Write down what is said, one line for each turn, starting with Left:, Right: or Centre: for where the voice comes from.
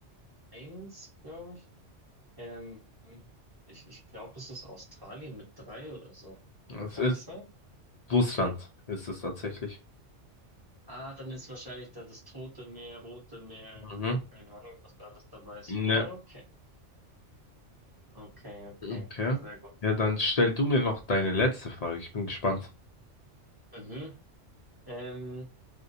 Right: eins, glaube ich. Ähm, ich ich glaube, es ist Australien mit drei oder so.
Left: Es
Right: Kann
Left: ist
Right: das sein?
Left: Russland, ist es tatsächlich.
Right: Ah, dann ist wahrscheinlich da das Tote Meer, Rote Meer,
Left: Mhm.
Right: keine Ahnung, was da alles dabei ist.
Left: Ne,
Right: Ah, Okay, okay, okay,
Left: okay.
Right: sehr gut.
Left: Ja, dann stell du mir noch deine letzte Frage. Ich bin gespannt.
Right: Mhm. Ähm,